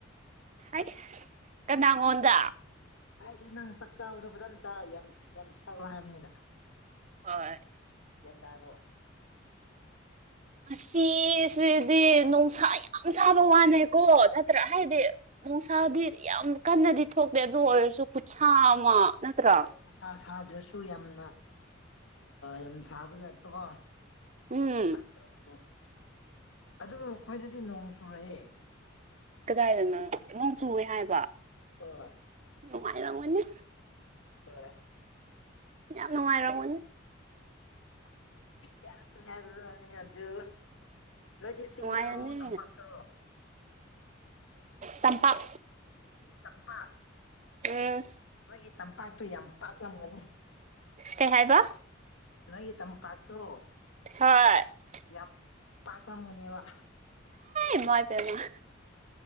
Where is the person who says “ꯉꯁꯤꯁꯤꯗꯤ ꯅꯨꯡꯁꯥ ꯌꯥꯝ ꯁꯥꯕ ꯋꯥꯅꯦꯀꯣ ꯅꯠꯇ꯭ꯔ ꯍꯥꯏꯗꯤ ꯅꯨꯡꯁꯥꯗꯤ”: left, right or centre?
Right